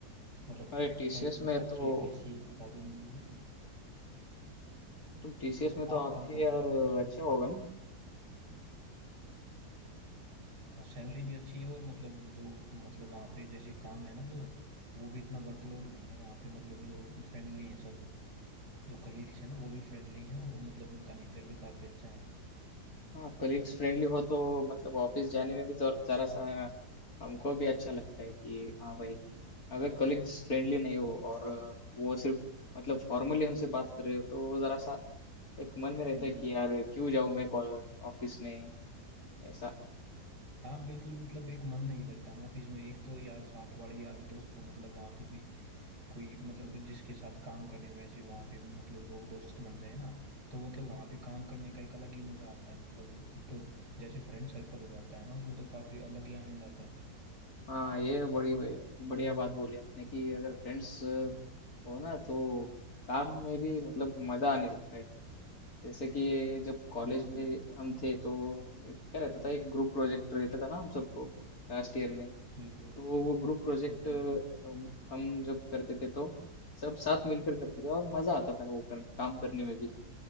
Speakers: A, on the right; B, on the left.
A: मतलब
B: अरे
A: ट-
B: टीसीएस
A: कि ए-
B: में
A: अच्छे
B: तो
A: एसी
B: हाँ,
A: कैबिन मिल रहे हैं
B: तो टीसीएस
A: हाँ, तो
B: में तो
A: आप
B: आपके
A: कहाँ कर
B: यार
A: रहे हो वैसे
B: अच्छा होगा ना
A: हाँ सैलरी भी अच्छी है और मतलब जो मतलब वहाँ पे जैसे काम है ना जो वो भी इतना वर्कलोड नहीं है वहाँ पे मतलब जो फ्रेंडली हैं सब जो कलीग्स हैं ना वो भी फ्रेंडली हैं और मतलब उनका नेचर भी काफ़ी अच्छा है
B: हाँ कलीग्स फ्रेंडली हो तो मतलब ऑफिस जाने में भी जर- जरा सा हमको भी अच्छा लगता है कि हाँ भाई अगर कलीग्स फ्रेंडली नहीं हो और अ, वो सिर्फ मतलब फॉर्मली हमसे बात कर रहे हो तो जरा सा एक मन में रहता
A: बिल्कुल
B: है कि यार क्यों जाऊँ मैं ऑफिस में ऐसा
A: हाँ बिल्कुल मतलब एक मन नहीं लगता ना ऑफिस में एक तो यार साथ वाले यार दोस्त हो मतलब वहाँ पे भी कोई मतलब जिसके साथ काम करने वैसे वहाँ पे भी मतलब लोग दोस्त बन जाए ना तो मतलब वहाँ पे काम करने का एक अलग ही मजा आता है मतलब एक तो जैसे फ्रेंड सर्कल हो जाता है ना उसमें तो काफ़ी अलग ही आनंद आता है
B: हाँ ये बड़ी बढ़िया बात बोली आपने कि अगर फ्रेंड्स हो ना तो काम में भी मतलब मजा आने लगता है जैसे कि ये जब कॉलेज
A: बिल्कुल
B: में हम थे तो क्या रहता था एक ग्रुप प्रोजेक्ट रहता था ना हम सबको लास्ट ईयर में
A: बिल्कुल
B: तो वो ग्रुप प्रोजेक्ट
A: बिल्कुल
B: हम जब करते थे तो सब साथ मिलकर करते थे और मजा आता था वो कर, काम करने में भी